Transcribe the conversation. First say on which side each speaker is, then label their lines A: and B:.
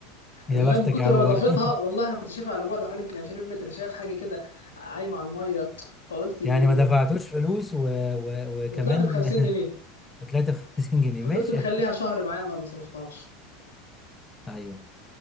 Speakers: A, on the left (about 15°); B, on the left (about 85°).
A: يا
B: الميه
A: بختك
B: من كتر
A: يا عم
B: نظافتها
A: برضه <laughs>
B: والله انا كنت شايفها على بعد حوالي يمكن 20 متر شايف حاجه كده عايمه على الميه فقلت دي
A: يعني ما دفعتوش فلوس و... و...
B: وطلعت
A: وكمان
B: ب 50 جنيه
A: <laughs> ب 53 جنيه
B: فضلت
A: ماشي
B: مخليها شهر معايا ما ما صرفتهاش
A: ايوه